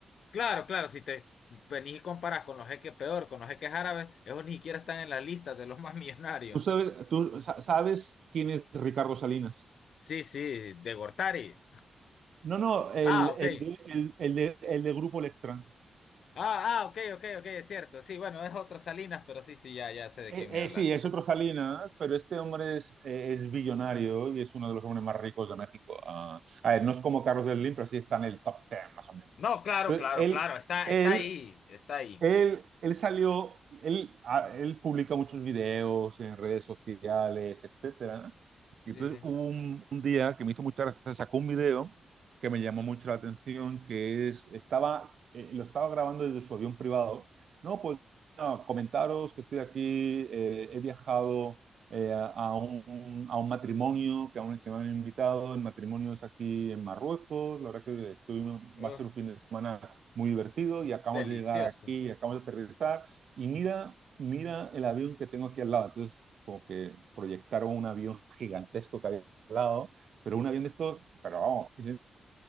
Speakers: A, on the left (about 65°); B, on the right (about 60°).
A: Claro, claro, si te venís y comparas con los jeques peor, con los jeques árabes, esos ni siquiera están en la lista de los más <laughs> millonarios.
B: ¿Tú sabes, tú sa- sabes quién es Ricardo Salinas?
A: Sí, sí, de Gortari.
B: No, no, el,
A: Ah, ok.
B: el, de- el, el de, el de Grupo Electra.
A: Ah, ah, ok, ok, ok, es cierto. Sí, bueno, es otro Salinas, pero sí, sí, ya, ya sé de
B: Eh,
A: quién me hablas.
B: eh, sí, es otro Salinas, pero este hombre es, eh, es billonario y es uno de los hombres más ricos de México. Ah, a ver, no es como Carlos Slim, pero sí está en el top 10, más o menos.
A: No, claro,
B: Entonces,
A: claro,
B: él,
A: claro, está,
B: él
A: está ahí, está ahí.
B: Él, él salió, él, a- él publica muchos videos en redes sociales, etcétera, ¿no? Y
A: Sí,
B: entonces
A: sí.
B: hubo un, un día que me hizo mucha gracia, sacó un video que me llamó mucho la atención, que es, estaba, eh, lo estaba grabando desde su avión privado. No, pues no, comentaros que estoy aquí, eh, he viajado eh, a un, a un matrimonio que, aún que me han invitado, el matrimonio es aquí en Marruecos, la verdad que estoy,
A: Uf,
B: va a ser un fin de semana muy divertido y acabamos
A: delicioso.
B: de llegar aquí, y acabamos de aterrizar y mira, mira el avión que tengo aquí al lado. Entonces, como que proyectaron un avión <laughs> gigantesco que había al lado, pero un avión de estos, pero vamos, es